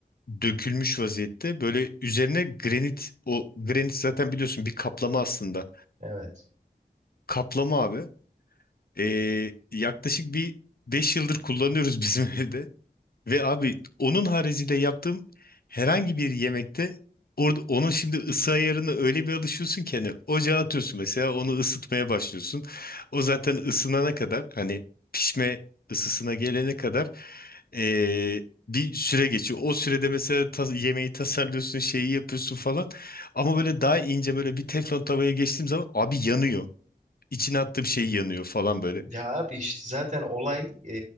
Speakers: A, on the left; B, on the right.
A: dökülmüş vaziyette. Böyle üzerine granit, o granit zaten biliyorsun bir kaplama aslında.
B: Evet.
A: Kaplama abi. Ee, yaklaşık bir 5 yıldır kullanıyoruz bizim <laughs> evde. Ve abi onun haricinde yaptığım herhangi bir yemekte orada onun şimdi ısı ayarına öyle bir alışıyorsun ki hani ocağa atıyorsun mesela onu ısıtmaya başlıyorsun. O zaten ısınana kadar hani pişme ısısına gelene kadar ee, bir süre geçiyor. O sürede mesela ta- yemeği tasarlıyorsun, şeyi yapıyorsun falan. Ama böyle daha ince böyle bir teflon tavaya geçtiğim zaman abi yanıyor. İçine attığım şey yanıyor falan böyle.
B: Ya abi işte zaten olay e,